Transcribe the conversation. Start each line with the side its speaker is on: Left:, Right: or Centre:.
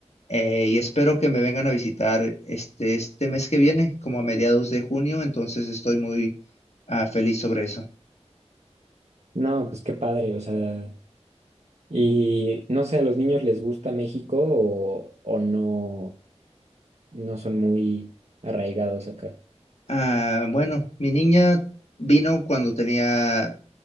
Left: eh, y espero que me vengan a visitar este, este mes que viene, como a mediados de junio, entonces estoy muy ah, feliz sobre eso.
Right: No, pues qué padre, o sea, y no sé, ¿a los niños les gusta México o, o no? no son muy arraigados acá.
Left: Ah, bueno, mi niña vino cuando tenía